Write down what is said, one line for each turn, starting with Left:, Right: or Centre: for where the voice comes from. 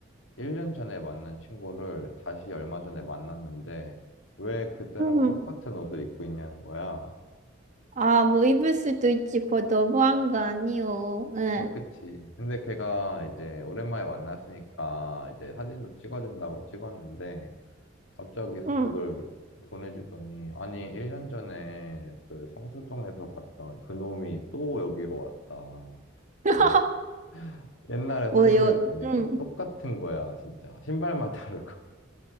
Left: 1년 전에 만난 친구를 다시 얼마 전에 만났는데 왜 그때랑
Right: 음.
Left: 똑같은 옷을 입고 있냐는 거야.
Right: 아, 뭐 입을 수도 있지. 그거 너무한 거 아니요. 예,
Left: 아, 그치. 근데 걔가 이제 오랜만에 만났으니까 이제 사진도 찍어준다고 찍었는데 갑자기
Right: 음.
Left: 그걸 보내주더니, 아니, 1년 전에 그 성수동에서 봤던 그놈이 또 여기로 왔다.
Right: <laughs>
Left: 그래서 옛날에
Right: 뭐요,
Left: 사진을 보니까
Right: 음.
Left: 똑같은 거야, 진짜. 신발만 다르고. <laughs>